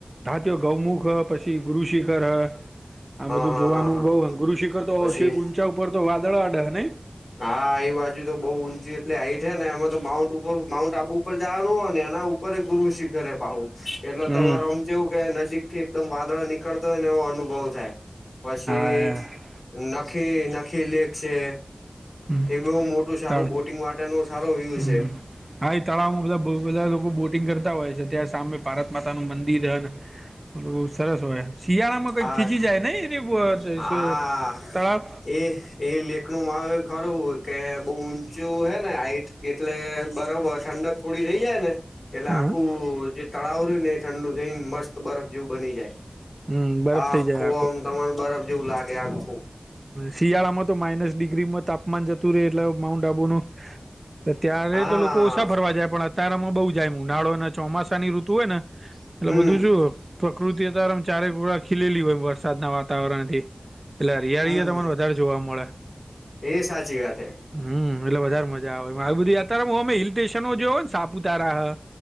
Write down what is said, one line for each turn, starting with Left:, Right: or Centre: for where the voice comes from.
Right: ધાતીયો ગૌમુખ હ પછી ગુરુ શિખર હ આ
Left: હા
Right: બધું
Left: હા
Right: જોવાનું
Left: હા હા
Right: બઉ ગુરુ, શિખર તો
Left: પછી
Right: શ ઊંચા ઉપર તો વાદળ વાડે નને?
Left: હા એ બાજુ તો બઉુ ઊંચી એટલે આઈ છે ને એમાં તો માઉન્ટ માઉન્ટ આબુ ઉપર જવાનું હોય ને એના ઉપર ગુરુ શિખરે પું એટલે
Right: હમ
Left: તમારોમ જેવું કે નજીક થી એકદમ વાદળા નીકળતો હોય ને એવો અનુભવ થાય, પછી
Right: હા
Left: નાખી નાખી લેક છે.
Right: હમ
Left: એ બઉ મોટું સારું
Right: તળ
Left: બોટિંગ માટેનો સારો વ્યુ
Right: હમ
Left: છે.
Right: હા એ તળાવમાં બધા બધા લોકો બોટિંગ કરતા હોય છે. ત્યાં સામે પારત માતાનું મંદિર હ મલ બહુ સરસ હોય. શિયાળામાં કઈક
Left: હા
Right: ખીચી જાય નહી એની
Left: હા
Right: તળાવ?
Left: એ એ લેખ નું મા ખરું કે બઉ ઊંચું હે ને હાઈટ એટલે બરાબર ઠંડક થોડી રહી જાય ને એટલે
Right: હા
Left: આખું જે તળાવ રહય ને એ ઠંડુ થઈને મસ્ત બરફ જેવું બની જાય.
Right: હમ બરફ
Left: આ આખું
Right: થઈ જાય
Left: આમ તમાર બરફ જેવું લાગે આખું.
Right: શિયાળામાં તો માઇનસ ડિગ્રીમાં તાપમાન જતું રહેે એટલે માઉન્ટ આબુ નું ત્યારે
Left: હા
Right: તો લોકો ઓછા ફરવા જાય પણ અતારામાં બઉ જાય ઉનાળો અને ચોમાસા ની ઋતુ હોય ને એટલે
Left: હમ
Right: બધું શું પ્રકૃતિ અ તારમ ચારેક ગોડા ખીલેલી હોય વરસાદના વાતાવરણ થી. એટલે હરિયાળીઓ
Left: હમ
Right: તને
Left: હમ
Right: વધારે જોવા મળે.
Left: એ સાચી વાત હે
Right: હમ એટલે વધારે મજા આવે બધી. યા તાર હ અમે હિલ સ્ટેશનો જોયો ને સાપુતારા